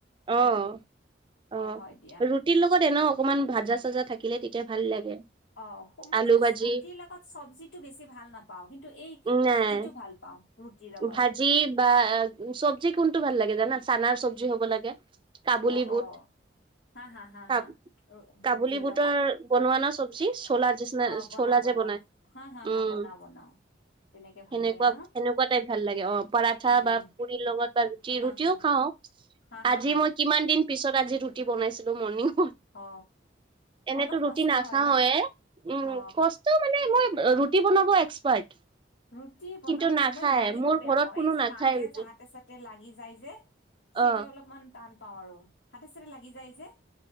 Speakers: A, on the left; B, on the right.
A: খাই
B: অ অ অ
A: হয় দিয়া
B: ৰুটিৰ লগত এনেও অকমান ভাজা চাজা থাক থাকিলে তেতিয়া ভাল লাগে।
A: অ মই
B: আলু
A: কিন্তু
B: ভাজি
A: ৰুটিৰ লগত চবজিটো বেছি ভাল নাপাওঁ কিন্তু এই
B: নাই
A: ভাজিটো ভাল পাওঁ। ৰুটিৰ লগত
B: ভাজি বা আ চবজি কোনটো ভাল লাগে জানা চানাৰ চব্জি হ'ব লাগে কাবোলী
A: অ
B: বুট,
A: অ হা হা হা
B: কা
A: হা ৰু-
B: কাবোলী
A: ৰুটিৰ
B: বোটৰ
A: লগত
B: বনোৱা ন চব জি চলা জিচিনা
A: অ বনাও
B: চলা
A: বনাও
B: যে বনাই
A: হা হা হা
B: উম।
A: বনাও বনাও তেনেকে ভাল
B: সেনেকুৱা
A: লাগে ন
B: সেনেকুৱা টাইপ ভাল লাগে অ পৰাঠা
A: উম
B: বা পুৰি লগত বা ৰুটি
A: হা
B: ৰুটিও
A: হা
B: খাওঁ
A: হা হা
B: আজি
A: হা
B: মই কিমান দিন পিছত আজি ৰুটি বনাইছিলো মৰ্ণিং।
A: অ
B: এনেতো
A: অলপ কষ্ট
B: ৰুটি নাখাওয়ে,
A: হয় ন
B: উম
A: অ
B: কষ্ট মানে মোৰ ৰুটি বনাব এক্সপাৰ্ট।
A: ৰুটি বনাব
B: কিন্তু
A: ন
B: নাখায়
A: মই মাৰিব
B: মোৰ
A: বেয়া
B: ঘৰত
A: পাও
B: কোনো
A: এই যে
B: নাখায়
A: মাৰে
B: ৰুটি
A: যে হাতে চাতে লাগি যায় যে। সেইটো
B: অ
A: অলপমান টান পাওঁ আৰু হাতে চাতে লাগি যায় যে।